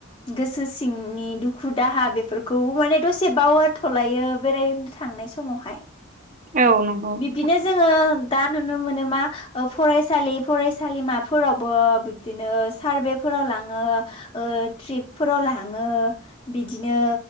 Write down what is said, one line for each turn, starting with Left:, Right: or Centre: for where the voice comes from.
Left: गोसो सिंनि दुखु दाहा बेफोरखौबो माने दसे बावगारथ'लायो बेरायनो थांनाय समावहाय।
Right: औ नंगौ नोंथां
Left: बिब्दिनो जोङो दा नुनो मोनो मा फरायसालि फरायसालिमाफोरावबो बिबदिनो सारभे फोराव लाङो ओ ट्रिपफोराव लाङो बिदिनो